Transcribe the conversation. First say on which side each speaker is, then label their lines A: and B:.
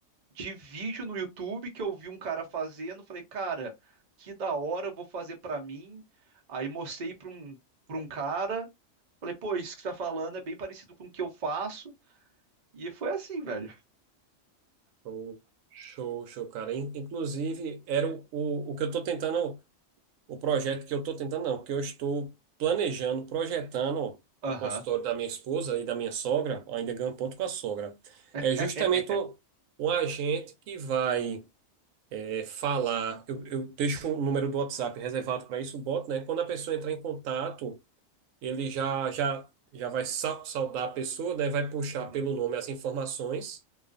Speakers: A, on the right (about 45°); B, on the right (about 85°).
A: de vídeo no YouTube que eu vi um cara fazendo, falei, cara, que da hora, eu vou fazer pra mim. Aí mostrei pra um, pra um cara, falei, pô, isso que você tá falando é bem parecido com o que eu faço. E foi assim, velho.
B: Show, show, show, cara. In- Inclusive, era o, o, o que eu tô tentando. o projeto que eu estou tentando, não, que eu estou planejando, projetando para
A: Aham.
B: o consultório da minha esposa e da minha sogra, ainda ganho ponto com a sogra, é
A: <laughs>
B: justamente um, um agente que vai é, falar. Eu, eu deixo o número do WhatsApp reservado para isso, o né? Quando a pessoa entrar em contato, ele já, já, já vai sa- saudar a pessoa, né? Vai puxar
A: Uhum.
B: pelo nome as informações